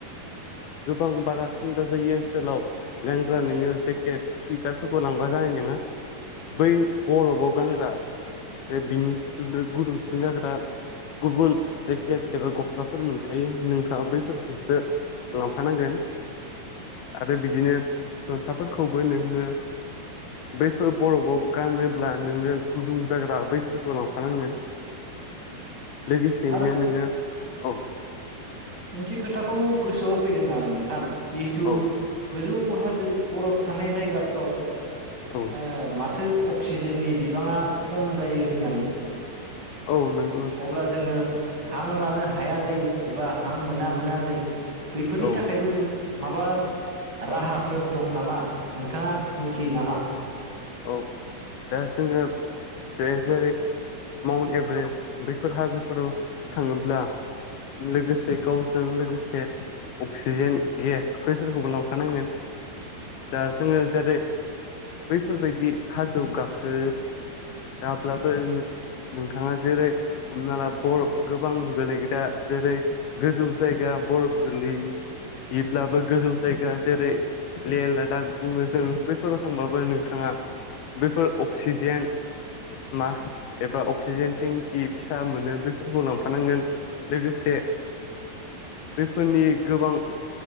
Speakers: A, on the left; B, on the right.
A: गोबां बारा थान्दा जायो ओनसोलाव गानग्रा नोङो जेकेट सुइटारफोरखौ लांबा जानाय नङा बै बरफआव गानग्रा जे बिनिख्रुइबो गुदुंसिन जाग्रा। गुबुन जेकेट एबा गस्लाफोर मोनखायो नोंथाङा बैफोरखौसो लांफानांगोन आरो बिदिनो जुन्थाफोरखौबो नोङो बैफोर बरफआव गानोब्ला नोङो गुदुं जाग्रा बैफोर लांफानांगोन लोगोसेयैनो
B: आरो
A: नोङो औ
B: मोनसे खोथाखौ गोसोआव फैदों आं नोंथां जिहेथु
A: औ
B: गोजौ हाजो बरफ थानाय जायगाफ्राव ओ
A: औ
B: माथो अक्सिजेननि बिबाङा खम जायो होननानै।
A: औ नों
B: अब्ला जोङो हां लानो हाया जायो एबा हां मोना मोना जायो। बैफोरनि
A: औ
B: थाखायबो जों माबा राहाफोर दं नामा नोंथाङा मोनथियो नामा?
A: औ दा जोङो जे जेरै माउन्ट एभारेस्ट बैफोर हाजोफोराव थाङोब्ला लोगोसे गावजों लोगोसे अक्सिजेन गेस बैफोरखौबो लांफानांगोन दा जोङो जेरै बैफोरबायदि हाजो आव गाखो आब्लाबो नोंथाङा जेरै हमना ला बरफ गोबां गोलैग्रा जेरै गोजौ जायगा बरफ गोलै बिब्लाबो गोजौ जायगा जेरै ले लादाख बुङो जों बैफोराव थांबाबो नोंथां थाङा बैफोर अक्सिजेन मास्क एबा अक्सिजेन टेंकि फिसा मोनो बेफोरखौ लांफानांगोन लोगोसे बेफोरनि गोबां